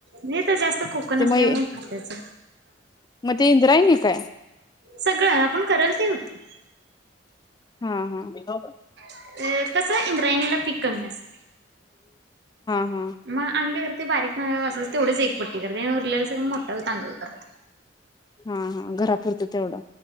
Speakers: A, on the right (about 65°); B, on the left (about 20°).
A: मी तर जास्त कोकण
B: ते
A: असल्यामुळे
B: मग
A: खातेच.
B: मग ते इंद्रायणी काय
A: सगळं आपण करल ते होतंय.
B: हां हां
A: अ कसं इंद्रायणीला पीक कमी असते
B: हा
A: मग आम्ही काय करतोय असं बारीक हम्म असंच तेवढीच एक पट्टी करते उरलेला सगळा मोठ्ठा तांदूळ करते.
B: हा हा घरापुरतं तेवढं